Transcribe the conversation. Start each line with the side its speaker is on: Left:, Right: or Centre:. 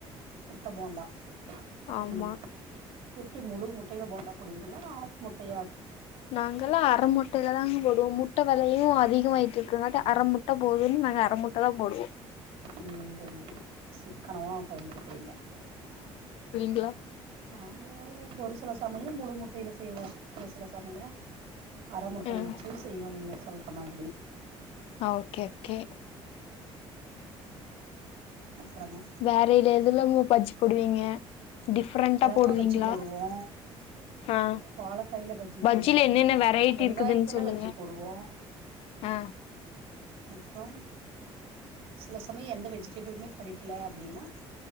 Right: முட்ட போண்டா
Left: ஆமா
Right: ம் எப்டி முழு முட்டேல போண்டா போடுவீங்ளா ஆஃப் முட்டயா
Left: நாங்கல்லா அரமுட்டேலதாங்க போடுவோ முட் முட்ட வெலயு அதிகமாய்ட்டு இருக்கற்னால அரமுட்ட போதுன் நாங்க அரமுட்ட தா போடுவோ
Right: உம் வெரி குட் சிக்கனமா பயன்படுத்துறீங்க
Left: கிளா
Right: நாங்க ஒரு சில சமயோ முழு முட்டேல செய்வோ ஒரு சில சமயோ அர முட்டய
Left: ம்
Right: வச்சு செய்வோ நீங்க சொல்ற மாதிரி
Left: ஓகே ஓகே
Right: அப்புறங்க
Left: வேற இது எதுலமு பஜ்ஜி போடுவீங்க டிஃப்ரெண்டா
Right: மெளகா
Left: போடுவீங்களா
Right: பஜ்ஜி போடுவோ
Left: ஆ
Right: வாழக்காய்ல பஜ்ஜி
Left: பஜ்ஜில
Right: போடுவோ
Left: என்னென்ன வெரைட்டி
Right: வெங்காயத்துல
Left: இருக்குதுன்னு சொல்லுங்க
Right: பஜ்ஜி போடுவோ
Left: ஆ
Right: அப்றம் சில சமய் எந்த வெஜிடெபிள்மே கெடைக்கல அப்டினா